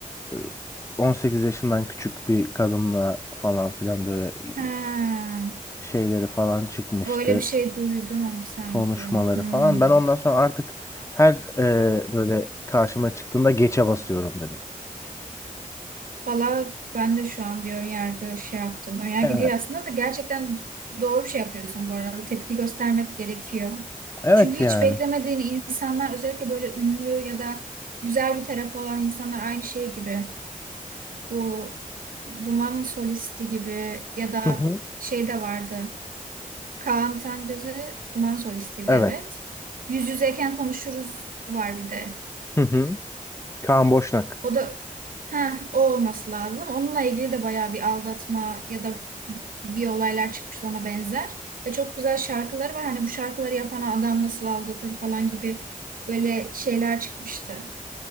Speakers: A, on the left; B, on the right.
A: e, 18 yaşından küçük bir kadınla falan filan böyle
B: Ha,
A: e, şeyleri falan çıkmıştı.
B: öyle bir şey duydum ama sanki.
A: konuşmaları
B: Hmm.
A: falan. Ben ondan sonra artık her e, böyle karşıma çıktığında geçe basıyorum dedi.
B: Valla ben de şu an bir önyargı şey yaptım. Önyargı
A: Evet.
B: değil aslında da gerçekten doğru bir şey yapıyorsun bu arada. Tepki göstermek gerekiyor.
A: Evet
B: Çünkü hiç
A: yani.
B: beklemediğin insanlar özellikle böyle ünlü ya da güzel bir tarafı olan insanlar aynı şey gibi. Bu Duman'ın solisti gibi ya da
A: Hı hı.
B: şey de vardı. Kaan Tangöz'ü Duman solistiydi
A: Evet.
B: evet. Yüz yüzeyken konuşuruz var bir de.
A: Hı hı. Kaan Boşnak.
B: O da ha o olması lazım. Onunla ilgili de bayağı bir aldatma ya da bir olaylar çıkmış ona benzer. Ve çok güzel şarkıları var. Hani bu şarkıları yapan adam nasıl aldatır falan gibi böyle şeyler çıkmıştı.